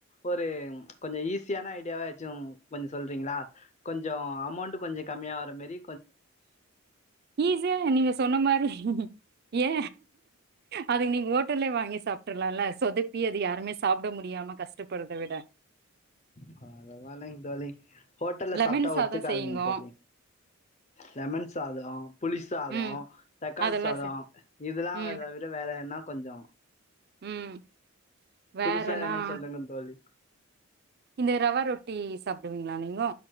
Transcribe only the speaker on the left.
ஒரு கொஞ்சோ ஈஸியான ஐடியாவாச்சு கொஞ்சோ சொல்றீங்கிளா கொஞ்சோ அமௌண்ட்டு கொஞ்சோ கம்மியாவற மேரி
பரவாலைங் தோழி ஹோட்டல்ல
சாப்டா
ஒத்துகாதுங்க
தோழி லெமன் சாதோ புளி சாதோ
தக்காளி
சாதோ
இதெலா <unintelligible>
ட வேற என்னாக் கொஞ்சோ
புதுசா எதனா சொல்லுங்க தோழி